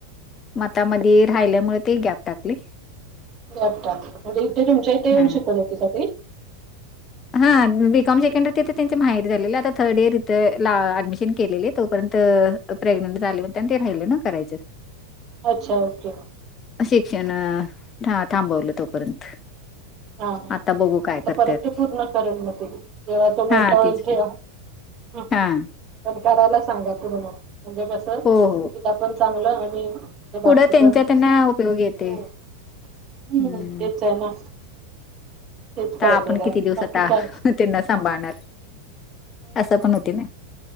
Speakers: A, on the left (about 25°); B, on the right (about 30°).
A: म आता, मधी राहिल्यामुळे ते गॅप टाकले
B: गॅप टाक, म्हणजे इथे तुमच्या इथं येऊन
A: हा
B: शिकवत होती का ती?
A: हा, बी कॉम सेकंड इयर तिथं त्येचं माहेरी झालेलं, आता थर्ड इयर इथं ला ऍडमिशन केलेले तोपर्यंत प्रेग्नंट झाली होते अण ते राहिले नव्ह करायचं
B: अच्छा ओके
A: शिक्षण, थांबवलं तोपर्यंत
B: हा, हा
A: आता बघू काय
B: आता
A: करतात
B: परत ते पूर्ण करल म ती, जेव्हा तो
A: हा
B: मोठा
A: तेच
B: तेंव्हा
A: की हा
B: पण करायला सांगा पूर्ण, म्हणजे कसं
A: हो
B: तिला
A: हो
B: पण चागलं आणि म्हणजे
A: पुढं
B: बाकी
A: त्यांच्या
B: पण,
A: त्यांना उपयोग येते
B: हो हम्
A: हम्म
B: तेच आहे ना. तेच
A: अता
B: पाहिजेल
A: आपण
B: आहे
A: किती दिवस
B: बाकी
A: आता,
B: काय
A: त्येनां सांभाळणार. असं पण होतंय नय